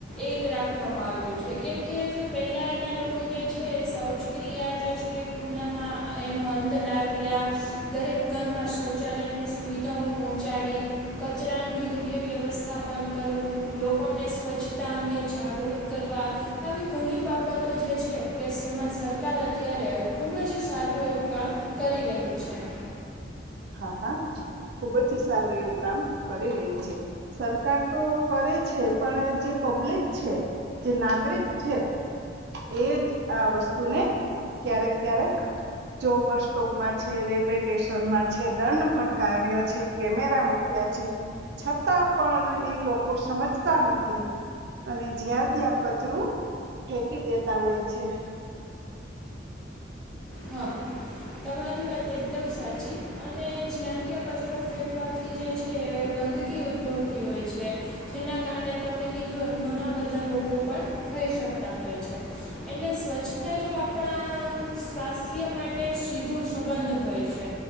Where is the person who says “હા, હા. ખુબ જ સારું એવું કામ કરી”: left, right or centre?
Right